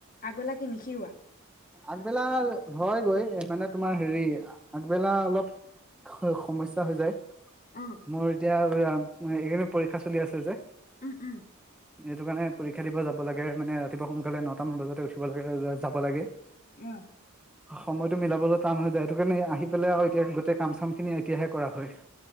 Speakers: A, on the left; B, in the centre.
A: আগবেলা কি নিশিৰুৱা
B: আগবেলা হয়গৈ মানে তোমাৰ হেৰি আগবেলা অলপ হৈ সমস্যা হৈ যাই
A: অ
B: মোৰ এতিয়া এইকেইদিন পৰীক্ষা চলি আছে যে
A: উম উম
B: সেইটো কাৰণে পৰীক্ষা দিব যাব লাগে মানে ৰাতিপুৱা সোনকালে নটা মান বজা উঠিব লাগে যাব লাগে
A: উম
B: সময়তটো মিলাবলৈ টান হৈ যায় সেইটো কাৰণে আহি পেলাই আৰু এতিয়া গোটেই কাম চাম খিনি এতিয়াহে কৰা হয়